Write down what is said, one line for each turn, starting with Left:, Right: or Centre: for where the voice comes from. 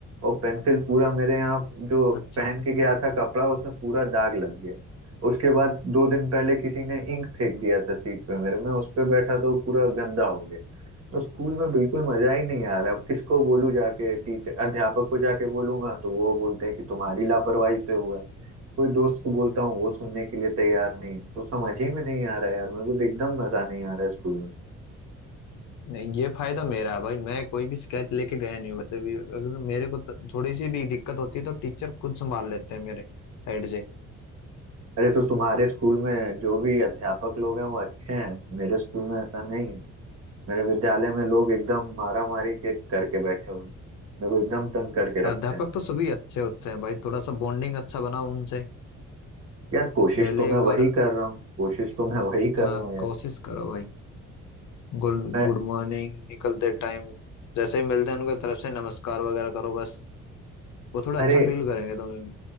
Right: और पेंसिल पूरा मेरे यहाँ जो
Left: अच्छा
Right: पहन के गया था कपड़ा उसमें पूरा दाग लग गया उसके बाद दो दिन पहले किसी ने इंक फेंक दिया था सीट पे मेरे मैं उस पे बैठा तो पूरा गंदा हो गया तो स्कूल में बिल्कुल मजा ही नहीं आ रहा अब किसको बोलूं जाके टीचर अध्यापक को जाके बोलूंगा तो वो बोलते हैं कि तुम्हारी लापरवाही से हुआ है कोई दोस्त को बोलता हूँ वो सुनने के लिए तैयार नहीं तो समझ ही में नहीं आ रहा है यार मेरे को तो एकदम मजा नहीं आ रहा है स्कूल में
Left: नहीं ये फायदा मेरा है भाई मैं कोई भी शिकायत लेके गया नहीं हूँ वैसे भी अगर मेरे को तो थोड़ी सी भी दिक्कत होती है तो टीचर खुद संभाल लेते हैं मेरे साइड से
Right: अरे तो तुम्हारे स्कूल में जो भी अध्यापक लोग हैं वो अच्छे हैं मेरे स्कूल में ऐसा नहीं है मेरे विद्यालय में लोग एकदम मारा मारी के करके बैठे हुए हैं। मेरे को एकदम तंग करके
Left: हाँ,
Right: रखते
Left: अध्यापक
Right: हैं
Left: तो सभी अच्छे होते हैं भाई थोड़ा सा बॉन्डिंग अच्छा बनाओ उनसे
Right: यार कोशिश
Left: डेली
Right: तो
Left: एक
Right: मैं
Left: बार
Right: वही कर रहा हूँ कोशिश तो मैं वही
Left: हाँ
Right: कर रहा हूँ यार
Left: कोशिश करो भाई गुड
Right: मैं
Left: गुड मॉर्निंग निकलते टाइम जैसे ही मिलते हैं उनके तरफ से नमस्कार वगैरह करो बस वो थोड़ा
Right: अरे
Left: अच्छा फील करेंगे तुम्हें भी